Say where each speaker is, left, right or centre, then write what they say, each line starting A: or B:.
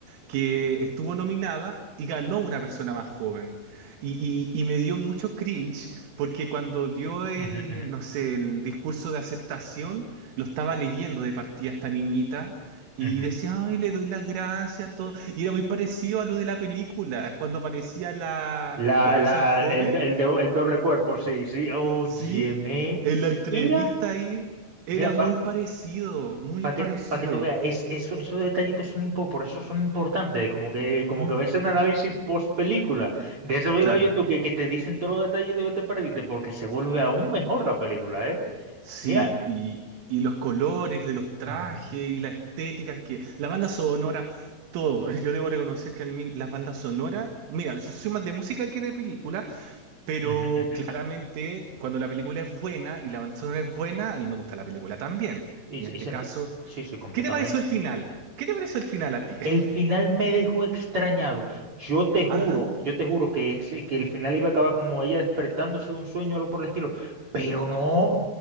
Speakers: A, on the right; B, on the right.
A: que estuvo nominada y ganó una persona más joven. Y, y- y me dio mucho cringe porque cuando dio el,
B: ujú,
A: no sé, el discurso de aceptación, lo estaba leyendo de partida esta niñita y
B: ujú, ujú.
A: decía, ay, le doy las gracias, todo. Y era muy parecido a lo de la película, cuando aparecía la,
B: La,
A: la versión
B: la,
A: joven,
B: el, el, do- el doble cuerpo, sí, sí,
A: <laughs>
B: óyeme,
A: sí, en la entrevista
B: mira,
A: ahí, era
B: mira,
A: muy parecido, muy
B: Para
A: parecido.
B: que, pa' que tú veas, es- eso- esos detallitos son impo- por eso son importantes, como que, como
A: Mm,
B: que ves un análisis post película de ese video
A: claro.
B: de YouTube que, que te dicen todos los detallitos que te perdiste, porque se vuelve aún mejor la película, ¿eh?
A: Sí,
B: Mira,
A: y, y los colores de los trajes
B: ujú,
A: y la estética, es que la banda sonora, todo. <laughs> Yo debo reconocer que a mí las bandas sonoras, mira, so- soy más de música que de película, pero
B: ujú, ujú.
A: claramente cuando la película es buena y la banda sonora es buena, a mí me gusta la película también.
B: Y,
A: En
B: se-
A: este
B: y sentí-
A: caso,
B: sí, sí, completamente.
A: ¿qué te pareció el final? ¿Qué te pareció el final a ti?
B: El final me dejó extrañado. Yo te juro,
A: <laughs> Ajá.
B: yo te juro que, ese- que el final iba a acabar como ella despertándose de un sueño o algo por el estilo, pero no.